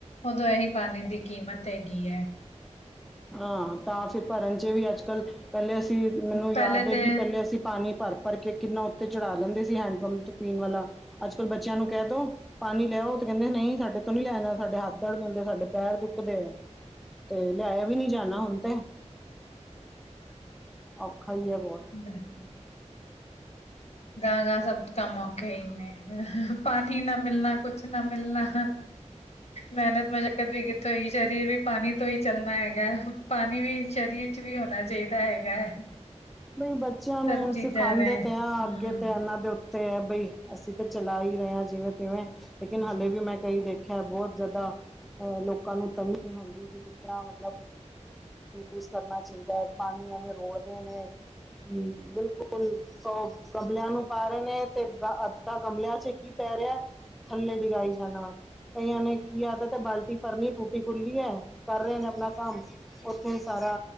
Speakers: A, on the left; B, in the centre.
A: ਉਦੋਂ ਇਹੀ ਪਾਣੀ ਦੀ ਕੀਮਤ ਹੈਗੀ ਹੈ
B: ਹਾਂ ਤਾਂ ਫਿਰ ਭਰਨ ਚ ਵੀ ਅੱਜ ਕੱਲ ਪਹਿਲੇ ਅਸੀਂ ਮੈਨੂੰ
A: ਪਹਿਲੇ
B: ਯਾਦ ਹੈ
A: ਤੇ
B: ਕਿ ਪਹਿਲੇ ਅਸੀਂ ਪਾਣੀ ਭਰ ਭਰ ਕੇ ਕਿੰਨਾ ਉੱਤੇ ਚੜ੍ਹਾ ਲੈਂਦੇ ਸੀ ਹੈਂਡ ਪੰਪ ਤੋਂ ਪੀਣ ਵਾਲਾ ਅੱਜ ਕੱਲ ਬੱਚਿਆਂ ਨੂੰ ਕਹਿ ਦੋ ਪਾਣੀ ਲਿਆਉ ਤੇ ਕਹਿੰਦੇ ਨਹੀਂ ਸਾਡੇ ਤੋਂ ਨੀ ਲਿਆਇਆ ਜਾਣਾ ਸਾਡੇ ਹੱਥ ਦਰਦ ਹੁੰਦੇ ਸਾਡੇ ਪੈਰ ਦੁੱਖਦੇ ਆ ਤੇ ਲਿਆਇਆ ਵੀ ਨਹੀਂ ਜਾਣਾ ਹੁਣ ਤੇ ਔਖਾ ਹੀ ਹੈ ਬਹੁਤ
A: ਬ ਗਾਹ ਗਾਹ ਸਭ ਕੰਮ ਔਖੇ ਹੀ ਨੇ ਪਾਣੀ ਨਾ ਮਿਲਣਾ ਕੁਛ ਨਾਂ ਮਿਲਨਾ ਮਿਹਨਤ ਮਸ਼ੱਕਤ ਵੀ ਕਿੱਥੋਂ ਹੀ ਸਰੀਰ ਵੀ ਪਾਣੀ ਤੋਂ ਹੀ ਚੱਲਣਾ ਹੈਗਾ ਪਾਣੀ ਵੀ ਸ਼ਰੀਰ ਚ ਵੀ ਹੋਣਾ ਚਾਹੀਦਾ ਹੈਗਾ ਹੈ
B: ਬਈ ਬੱਚਿਆਂ ਨੂੰ
A: ਸਭ
B: ਹੁਣ
A: ਚੀਜ਼ਾਂ
B: ਸਿਖਾਉਦੇ
A: ਨੇ ਹਮ
B: ਤੇ ਆ ਅੱਗੇ ਤੇ ਇਹਨਾਂ ਦੇ ਉੱਤੇ ਤੇ ਹੈ ਬਈ ਅਸੀਂ ਤਾਂ ਚਲਾ ਹੀ ਰਹੇ ਹਾਂ ਜਿਵੇਂ ਤਿਵੇਂ ਲੇਕਿਨ
A: ਹਮ
B: ਹਾਲੇ ਵੀ ਮੈਂ ਕਈ ਦੇਖ ਖਿਆ ਬਹੁਤ ਜ਼ਿਆਦਾ ਅਹ ਲੋਕਾਂ ਨੂੰ ਤਮੀ ਨਹੀਂ ਹੁੰਦੀ ਕਿ ਕਿਸ ਤਰ੍ਹਾਂ ਮਤਲਬ ਯੂਸ ਕਰਨਾ ਚਾਹੀਦਾ ਹੈ ਪਾਣੀ ਐਵੇਂ ਰੋੜਦੇ ਨੇ ਕਿ ਬਿਲਕੁਲ ਸੋ ਗਮਲਿਆਂ ਨੂੰ ਪਾ ਰਹੇ ਨੇ ਤੇ ਅੱਧਾ ਗਮਲਿਆਂ ਚ ਕੀ ਪੈ ਰਿਹਾ ਥੱਲੇ ਡਿਗਾਈ ਜਾਣਾ ਕਈਆਂ ਨੇ ਕੀ ਆਦਤ ਤੇ ਬਾਲਟੀ ਭਰਨੀ ਟੂਟੀ ਖੁੱਲੀ ਹੈ ਕਰ ਰਹੇ ਨੇ ਆਪਣਾ ਕੰਮ ਉੱਥੇ ਹੀ ਸਾਰਾ